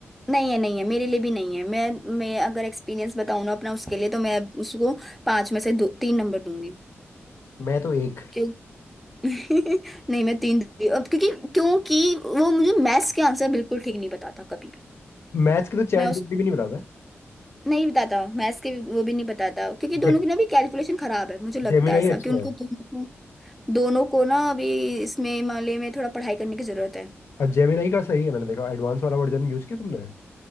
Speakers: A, in the centre; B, on the left (about 65°).
A: नहीं है नहीं है मेरे लिए भी नहीं है मैं मैं अगर एक्सपीरियंस बताऊँ ना अपना उसके लिए तो मैं उसको पाँच में से दो तीन नंबर दूंगी
B: मैं तो एक
A: क्यों <laughs> नहीं मैं तीन दूंगी अब क्योंकि क्योंकि वो मुझे मैथ्स के आंसर बिल्कुल ठीक नहीं बताता कभी भी
B: मैथ्स के तो चैट
A: मैं उस
B: जीपीटी भी नहीं बनाता है
A: नहीं बताता मैथ्स के भी- वो भी नहीं बताता क्योंकि दोनों
B: जे
A: की ना भी कैलकुलेशन खराब है मुझे लगता
B: जेमिनाई
A: है ऐसा
B: अच्छा
A: कि उनको
B: है
A: दोनों दोनों को ना अभी इसमें मामले में थोड़ा पढ़ाई करने की जरूरत है
B: और जेमिनाई का सही है मैंने देखा एडवांस वाला वर्जन यूज किया तुमने